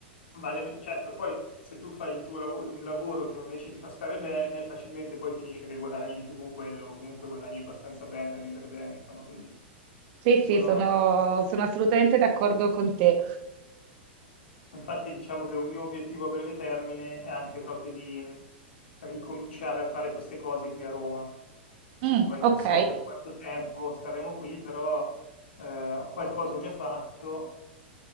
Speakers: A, on the left; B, on the right.
A: vale- certo, poi se tu fai il tuo lav- un lavoro che invece ti fa stare bene, facilmente poi finisce che guadagni di più con quello, o comunque guadagni abbastanza bene da vivere bene, insomma, quindi
B: Sì,
A: sono...
B: sì, sono, sono assolutamente d'accordo con te.
A: Infatti diciamo che un mio obiettivo a breve termine è anche proprio di mh, ricominciare a fare queste cose qui a Roma.
B: Mm,
A: Poi non
B: ok,
A: so per quanto tempo staremo qui, però eh, qualcosa ho già fatto,